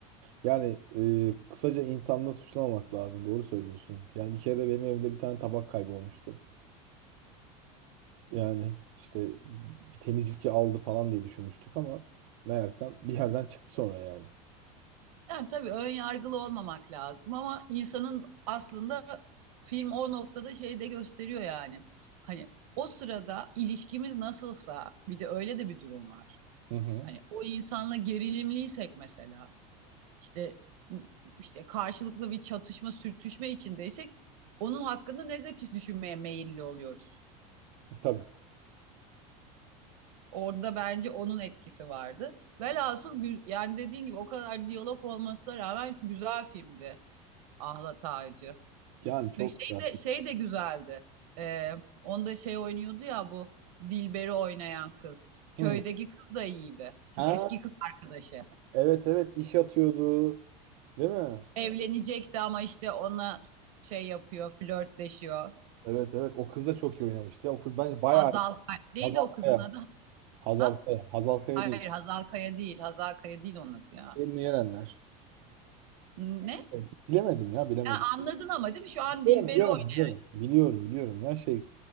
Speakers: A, on the right; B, on the right.
A: Yani e, kısaca insanla suçlamamak lazım. Doğru söylüyorsun. Yani bir kere de benim evde bir tane tabak kaybolmuştu. Yani işte bir temizlikçi aldı falan diye düşünmüştük ama meğersem bir yerden çıktı sonra yani.
B: Yani tabii ön yargılı olmamak lazım ama insanın aslında film o noktada şey de gösteriyor yani. Hani o sırada ilişkimiz nasılsa bir de öyle de bir durum var.
A: Hı hı.
B: Hani o insanla gerilimliysek mesela işte işte karşılıklı bir çatışma sürtüşme içindeysek onun hakkında negatif düşünmeye meyilli oluyoruz.
A: Tabii.
B: Orada bence onun etkisi vardı. Velhasıl gü- yani dediğin gibi o kadar diyalog olmasına rağmen güzel filmdi Ahlat Ağacı.
A: Yani çok
B: Ve şey
A: güzel.
B: de, şey de güzeldi. Ee, onda şey oynuyordu ya bu Dilber'i oynayan kız. Köydeki
A: Hı.
B: kız da iyiydi.
A: Ha.
B: Eski kız arkadaşı.
A: Evet evet iş atıyordu. Değil mi?
B: Evlenecekti ama işte ona şey yapıyor, flörtleşiyor.
A: Evet evet o kız da çok iyi oynamıştı. ya. O kız bence bayağı
B: Hazal
A: iyi.
B: Kaya. Neydi
A: Hazal
B: o kızın
A: Kaya.
B: adı?
A: Hazal
B: Ha?
A: Kaya. Hazal Kaya
B: Hayır
A: değil.
B: Hazal Kaya değil. Hazal Kaya değil onun adı ya.
A: Elini yenenler.
B: Ne?
A: İşte Bilemedim ya bilemedim.
B: Ha, anladın ama değil mi? Şu an
A: Biliyorum
B: Dilber'i
A: biliyorum
B: oynuyor.
A: biliyorum. Biliyorum biliyorum ya şey